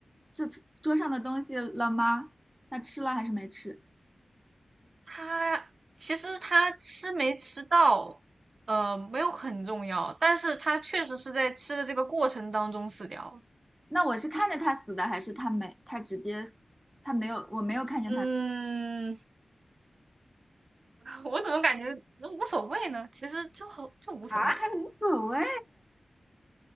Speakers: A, in the centre; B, on the right.
A: 这次桌上的东西了吗？他吃了还是没吃？
B: 他其实他吃没吃到，呃，没有很重要，但是他确实是在吃的这个过程当中死掉了。
A: 那我是看着他死的，还是他没？他直接死，他没有，我没有看见他死
B: 嗯，<laughs> 我怎么感觉那无所谓呢？其实就很就无所谓。
A: 啊，还无所谓。